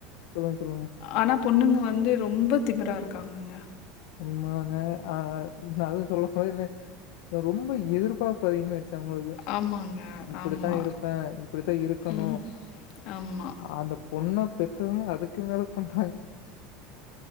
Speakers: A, on the left (about 70°); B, on the left (about 50°).
A: சொல்லுங்க, சொல்லுங்க.
B: ஆனா பொண்ணுங்க வந்து ரொம்ப திமிரா இருக்காங்கங்க
A: உண்மதாங்க ஆ நா அதா சொல்ல <unintelligible> ரொம்ப எதிர்பாக் இப்ப அதிகமாயிருச்சு உங்களுக்கு
B: ஆமாங்க.
A: இப்படித்தா
B: ஆமா.
A: இருப்பே இப்படித்தா இருக்கணு
B: ம். ஆமா.
A: அந்த பொண்ணு பெத்தவங்க அதுக்கு மேலப் பண்